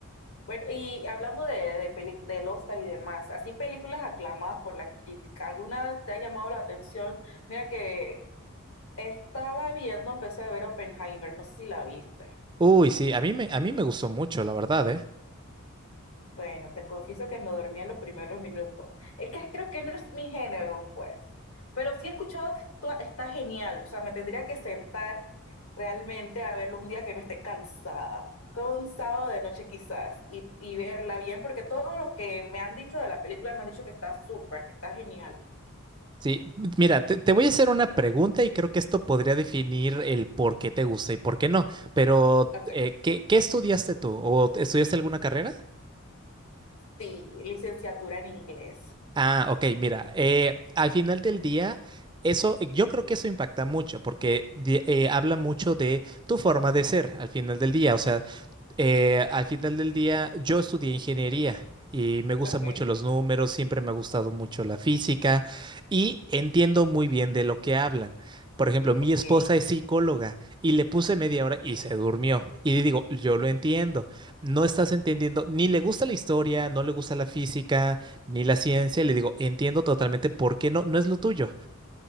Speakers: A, on the left; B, on the right.
A: Bueno, y hablando de, de peli- del Oscar y demás, así películas aclamadas por la crítica, ¿alguna te ha llamado la atención? Mira que estaba viendo, empecé a ver Oppenheimer, no sé si la viste.
B: Uy, sí, a mí me, a mí me gustó mucho, la verdad, ¿eh?
A: Bueno, te confieso que me dormía en los primeros minutos. Es que creo que no es mi género, pues. Pero sí he escuchado que esto está genial. O sea, me tendría que sentar realmente a verlo un día que no esté cansada. Como un sábado de noche quizás. Y, y verla bien, porque todo lo que me han dicho de la película me han dicho que está súper, que está genial.
B: Sí, mira, te, te voy a hacer una pregunta y creo que esto podría definir el por qué te gusta y por qué no, pero
A: Ok.
B: eh, ¿qué, qué estudiaste tú? ¿O estudiaste alguna carrera?
A: Sí, licenciatura en inglés.
B: Ah, ok, mira, eh, al final del día, eso, yo creo que eso impacta mucho porque di- eh, habla mucho de tu forma de ser al final del día, o sea, Eh, al final del día, yo estudié ingeniería y me gustan
A: Ok,
B: mucho los números, siempre me ha gustado mucho la física y entiendo muy bien de lo que hablan. Por ejemplo, mi
A: ok.
B: esposa es psicóloga y le puse media hora y se durmió. Y le digo, yo lo entiendo, no estás entendiendo, ni le gusta la historia, no le gusta la física, ni la ciencia. Le digo, entiendo totalmente por qué no, no es lo tuyo.